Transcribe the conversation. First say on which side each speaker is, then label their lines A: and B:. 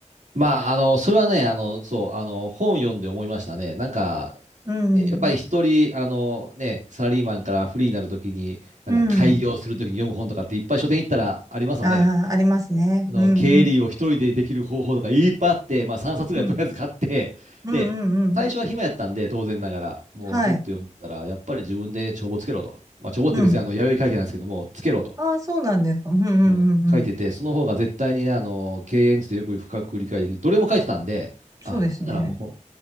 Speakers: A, on the right; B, on the right.
A: まあ、あの、それはね、あの、そう、あの、本読んで思いましたね。なんか、
B: うん。
A: ねやっぱり一通り、あの、ね、サラリーマンからフリーになるときに、なんだ、
B: うん。
A: 開業するときに読む本とかっていっぱい書店行ったらありますわね。
B: ああ、ありますね。
A: あの、
B: うんうん。
A: 経理を一人でできる方法とかいっぱいあって、まあ3冊ぐらいとりあえず買って、
B: うん。うんうんうん。
A: で、最初は暇やったんで、当然ながら、もうずっと読んでたら、
B: はい。
A: やっぱり自分で帳簿つけろと。まあ、帳簿って別にあの、
B: うん。
A: 弥生会計なんですけども、つけろと。
B: ああ、そうなんですか。うんうんうんうん。
A: そう書いてて、その方が絶対にね、あの、経営についてよく深く理解できる。どれも書いてたんで、
B: そうですね。
A: あ、ほんならも